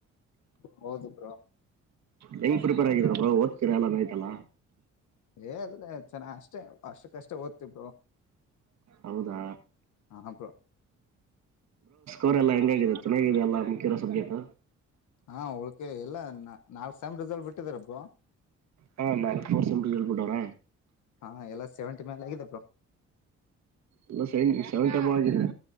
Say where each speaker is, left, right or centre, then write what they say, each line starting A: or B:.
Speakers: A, on the left; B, on the right.
A: ಹೌದು ಬ್ರೋ
B: ಹೆಂಗ್ ಪ್ರಿಪೇರ್ ಆಗಿದರ ಬ್ರಾ ಒತೀರಾ ನೈಟ್ಯಲ್
A: ಏ ಅಲ್ ಚೆನ್ನ ಅಷ್ಟೇ ಅಷ್ಟು ಕಷ್ಟ ಓದ್ತಿವಿ ಬ್ರೋ
B: ಹೌದಾ
A: ಹ ಬ್ರೋ
B: ೋರೆ ಎಲ್ಲ ಹೆಂಗಾಗಿದೆ ಚೆನ್ನಾಗಾಗಿದೆ ಎಲ್ಲ ಮುಕ್ಕಿರೋ ಸಬ್ಜೆಕ್ಟ್
A: ಹಾ ಓಲುಕ್ಕೇ ಎಲ್ಲಾ ನಾಲ್ಕ್ ಸಾಮ್ ರಿಸಲ್ಟ್ ಬಿಟ್ಟಿದರೆ ಬ್ರೋ
B: ಹಾ ನಾಲ್ಕು ವರ್ಷಂ <inaudible> ಹೇಳ್ಬಿಟ್ಟವ್ರ
A: ಹಾ ಎಲ್ಲ ಸೆವೆಂಟಿ ಮೈಲ್ ಆಗಿದೆ
B: ಎಲ್ಲ ಸೇವೆಂಟಿ ಅಬೊವೆ ಆಗಿದ್ದೆ